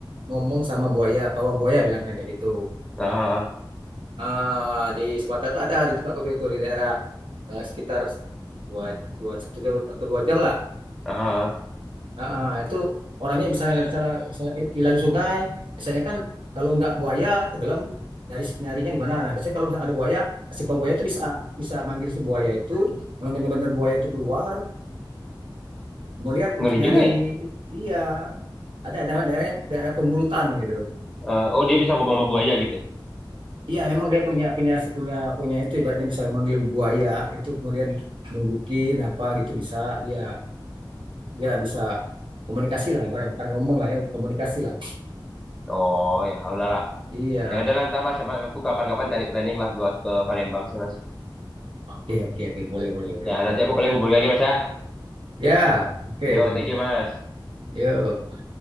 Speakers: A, on the right; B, in the centre.
A: ngomong sama buaya, pawang buaya bilangnya kayak gitu.
B: Ah,
A: Ah, di Sumatera itu ada di tempatku itu, itu di daerah eh, sekitar dua, dua, satu, atau dua jam lah
B: ah,
A: Ah, ah, itu orangnya misalnya kan misalnya misalnya hilang di sungai, biasanya kan kalau nggak buaya tenggelam dari nyarinya di mana. Nah, biasanya kalau misalnya ada buaya, si pembuaya itu bisa bisa manggil si buaya itu, memang benar-benar buaya itu keluar, kemudian
B: ngeri
A: untuk nyari
B: juga ya.
A: iya ada namanya daerah daerah pemulutan gitu.
B: Eh, oh dia bisa ngomong sama buaya gitu.
A: Iya, memang dia punya punya punya punya itu ibaratnya bisa manggil buaya itu kemudian nunjukin apa gitu bisa dia dia bisa komunikasi lah ibaratnya bukan ngomong lah ya komunikasi lah.
B: Oh ya udahlah.
A: Iya.
B: Ya udah ntar mas, Coba aku kapan-kapan cari planning lah buat ke Palembang sih mas.
A: Oke, oke, oke, boleh, boleh, boleh.
B: Ya nanti aku paling hubungi lagi mas ya.
A: Ya, oke,
B: Yo,
A: Wisnu.
B: thank you mas.
A: Yuk.